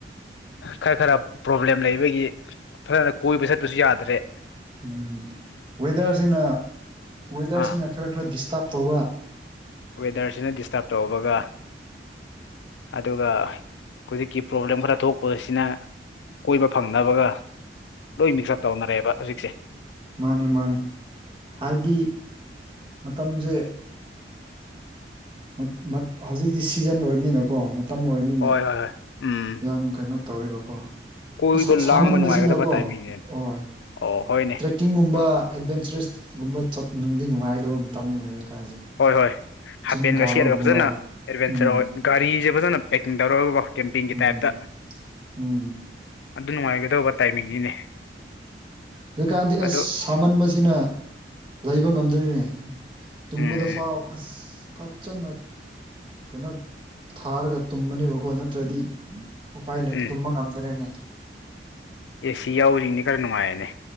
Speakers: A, on the left; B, on the right.
A: ꯈꯔ ꯈꯔ ꯄ꯭ꯔꯣꯕ꯭ꯂꯦꯝ ꯂꯩꯕꯒꯤ ꯐꯖꯅ ꯀꯣꯏꯕ ꯆꯠꯄꯁꯨ ꯌꯥꯗ꯭ꯔꯦ
B: ꯎꯝ ꯋꯦꯗꯔꯁꯤꯅ ꯋꯦꯗꯔꯁꯤꯅ
A: ꯑꯥ
B: ꯈꯔ ꯈꯔ ꯗꯤꯁꯇꯥꯔꯕ ꯇꯧꯕ
A: ꯋꯦꯗꯔꯁꯤꯅ ꯗꯤꯁꯇꯔꯕ ꯇꯧꯕꯒ ꯑꯗꯨꯒ ꯍꯧꯖꯤꯛꯀꯤ ꯄ꯭ꯔꯣꯕ꯭ꯂꯦꯝ ꯈꯔ ꯊꯣꯛꯄꯁꯤꯅ ꯀꯣꯏꯕ ꯐꯪꯅꯕꯒ ꯂꯣꯏ ꯃꯤꯛꯁ ꯑꯞ ꯇꯧꯅꯔꯦꯕ ꯍꯧꯖꯤꯛꯁꯦ
B: ꯃꯥꯅꯤ ꯃꯥꯅꯤ ꯍꯥꯏꯕꯗꯤ ꯃꯇꯝꯁꯦ ꯃꯠ ꯃꯠ ꯍꯧꯖꯤꯛꯇꯤ ꯁꯤꯖꯟ ꯑꯣꯏꯕꯅꯤꯅꯀꯣ ꯇꯝꯃꯡ ꯑꯣꯏꯕꯅꯤꯅ
A: ꯍꯣꯏ ꯍꯣꯏ ꯍꯣꯏ ꯎꯝ
B: ꯌꯥꯝ ꯀꯩꯅꯣ ꯇꯧꯋꯦꯕꯀꯣ
A: ꯀꯣꯏꯕ
B: ꯁꯥ ꯁꯥꯃꯟꯕꯁꯤꯅꯀꯣ
A: ꯂꯥꯡꯕ ꯅꯨꯡꯉꯥꯏꯒꯗꯕ ꯇꯥꯏꯃꯤꯡꯅꯦ
B: ꯍꯣꯏ
A: ꯑꯣ ꯍꯣꯏꯅꯦ
B: ꯇ꯭ꯔꯦꯛ ꯀꯤꯡꯒꯨꯝꯕ ꯑꯦꯗꯚꯦꯟꯆꯔꯁꯀꯨꯝꯕ ꯆꯠ ꯅꯨꯡꯗꯤ ꯅꯨꯡꯉꯥꯏꯗꯕ ꯃꯇꯝꯅꯤꯅꯤꯅꯦ ꯍꯧꯖꯤꯛꯀꯥꯟꯁꯦ
A: ꯍꯣꯏ ꯍꯣꯏ
B: ꯆꯤꯡ
A: ꯍꯥꯄꯦꯟꯒ
B: ꯀꯥꯕꯒꯨꯝꯕ
A: ꯁꯦꯠꯂꯒ ꯐꯖꯅ ꯑꯦꯗꯚꯦꯟꯆꯔ
B: ꯎꯝ
A: ꯑꯣꯏ ꯒꯥꯔꯤꯁꯦ ꯐꯖꯅ ꯄꯦꯛꯀꯤꯡ ꯇꯧꯔꯒꯀꯣ ꯀꯦꯝꯄꯤꯡꯒꯤ
B: ꯎꯝ
A: ꯇꯥꯏꯞꯇ
B: ꯎꯝ
A: ꯑꯗꯨ ꯅꯨꯡꯉꯥꯏꯒꯗꯧꯕ ꯇꯥꯏꯃꯤꯡꯅꯤꯅꯦ
B: ꯍꯧꯖꯤꯛꯀꯥꯟꯗꯤ
A: ꯑꯗꯣ
B: ꯑꯁ ꯁꯥꯃꯟꯕꯁꯤꯅ ꯂꯩꯕ ꯉꯝꯗ꯭ꯔꯦꯅꯦ ꯇꯨꯝꯕꯗ
A: ꯎꯝ
B: ꯐꯥꯎ ꯑꯁ ꯐꯖꯅ ꯀꯩꯅꯣ ꯊꯥꯔꯒ ꯇꯨꯝꯕꯅꯦꯀꯣ ꯅꯠꯇ꯭ꯔꯗꯤ ꯎꯄꯥꯏ ꯂꯩ
A: ꯎꯝ
B: ꯇꯨꯝꯕ ꯉꯝꯗ꯭ꯔꯦꯅꯦ
A: ꯑꯦꯁꯤ ꯌꯥꯎꯁꯤꯡꯗꯤ ꯈꯔ ꯅꯨꯡꯉꯥꯏꯔꯅꯦ